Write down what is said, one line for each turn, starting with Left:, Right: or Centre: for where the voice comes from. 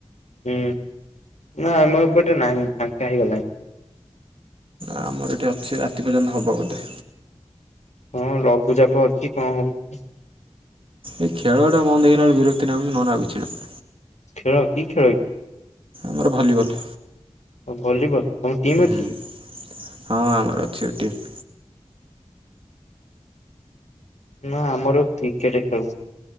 Left: ହୁଁ। ନାଁ ଆମ ଏପଟେ ନାହିଁ, ଫାଙ୍କା ହେଇଗଲାଇଁ।
Right: ଆମର ଏଇଠି ଅଛି ରାତି ପର୍ଯ୍ୟନ୍ତ ହବ ବୋଧେ।
Left: ହଁ ଲଘୁଚାପ ଅଛି, କଣ ହଉଛି?
Right: ଏଇ ଖେଳଟା ବନ୍ଦ ହେଇଗଲା ବେଳକୁ ବିରକ୍ତି ଲାଗୁଛି, ନାହେନେ ଆଉ କିଛି ନାହିଁ।
Left: ଖେଳ, କି ଖେଳ କି?
Right: ମୋର ଭଲିବଲ୍।
Left: ଓ ଭଲିବଲ। ତମର ଟିମ୍ ଅଛି?
Right: ହୁଁ ହଁ ଆମର ଅଛି ବା ଟିମ।
Left: ନାଁ ଆମର କ୍ରିକେଟ ଖେଳୁ।